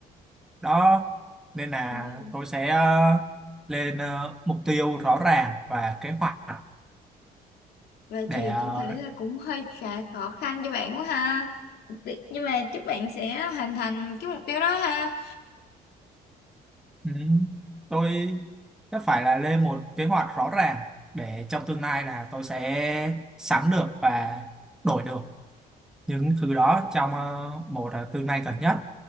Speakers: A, in the centre; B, on the left.
A: đó nên là
B: Ừ.
A: tôi sẽ ờ, lên ờ, mục tiêu rõ ràng và kế hoạch
B: Vậy
A: để
B: thì
A: ờ,
B: tôi thấy là cũng hơi khá khó khăn cho bạn quá ha. Đi- Nhưng mà chúc bạn sẽ hoàn thành cái mục tiêu đó ha.
A: ừ, tôi sẽ phải là lên một kế hoạch rõ ràng để trong tương lai là tôi sẽ sắm được và đổi được những thứ đó trong ờ, một ờ, tương lai gần nhất